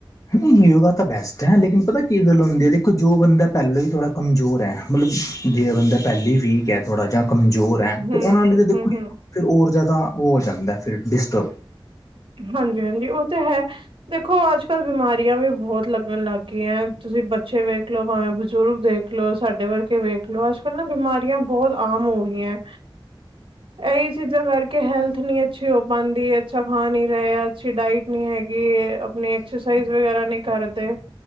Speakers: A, on the left (about 40°); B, on the right (about 70°).
A: ਨਹੀਂ ਯੋਗਾ ਤਾਂ ਬੈਸਟ ਹੈ, ਲੇਕਿਨ ਪਤਾ ਕੀ ਗੱਲ ਹੁੰਦੀ ਹੈ, ਦੇਖੋ ਜੋ ਬੰਦਾ ਪੈਲਾਂ ਹੀ ਥੋੜ੍ਹਾ ਕਮਜ਼ੋਰ ਹੈ ਮਤਲਬ ਜਿਹਾ ਬੰਦਾ ਪੈਲੇ ਵੀਕ ਹੈ ਥੋੜ੍ਹਾ ਜਾ ਕਮਜ਼ੋਰ ਹੈ,
B: ਹਮ
A: ਤੇ ਉਹਣਾ ਆਲੀ ਤਾਂ ਦੇਖੋ
B: ਹਮ ਹਮ
A: ਫਿਰ ਹੋਰ ਜਾਦਾ ਉਹ ਹੋ ਜਾਂਦਾਏ, ਫਿਰ ਡਿਸਟਰਬ
B: ਹਾਂਜੀ ਹਾਂਜੀ ਉਹ ਤਾਂ ਹੈ ਦੇਖੋ ਅੱਜ ਕੱਲ ਬਿਮਾਰੀਆਂ ਵੀ ਬੋਤ ਲੱਗਣ ਲੱਗ ਗਈਆਂ ਐ, ਤੁਸੀਂ ਬੱਚੇ ਵੇਖ ਲਓ ਭਾਵੇਂ ਬਜ਼ੁਰਗ ਦੇਖਲੋ ਦੇਖਲੋ ਸਾਡੇ ਵਰਗੇ ਵੇਖਲੋ, ਅੱਜ ਕੱਲ ਨਾ ਬਿਮਾਰੀਆਂ ਬੋਤ ਆਮ ਹੋ ਗਈਆਂ ਐ। ਇਹੀ ਚੀਜ਼ਾਂ ਕਰਕੇ ਹੈਲਥ ਨਹੀਂ ਅੱਛੀ ਹੋ ਪਾਂਦੀ ਹੈ। ਅੱਛਾ ਖਾ ਨੀ ਰਹੇ ਹਾਂ, ਅੱਛੀ ਡਾਇਟ ਨਹੀਂ ਹੈਗੀਐ। ਆਪਣੀ ਐਕਸਰਸਾਈਜ਼ ਵਗੈਰਾ ਨਹੀਂ ਕਰਦੇ,